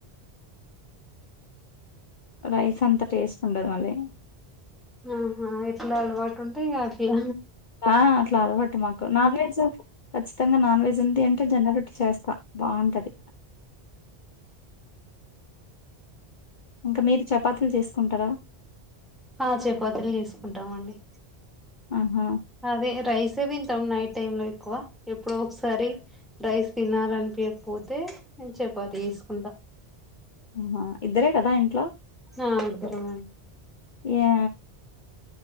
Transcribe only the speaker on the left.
రైస్ అంత టేస్ట్ ఉండదు మళ్ళీ
ఆ అట్లా అలవాటు మాకు నాన్ వెెజ్ ఖచ్చితంగా నాన్ వెెజ్ ఉంటె అంటే జొన్న రొట్టె చేస్తా బావుంటది ఇంక మీరు చపాతీలు చేసుకుంటరా
ఆహా
ఆహా ఇద్దరే కదా ఇంట్లో
యా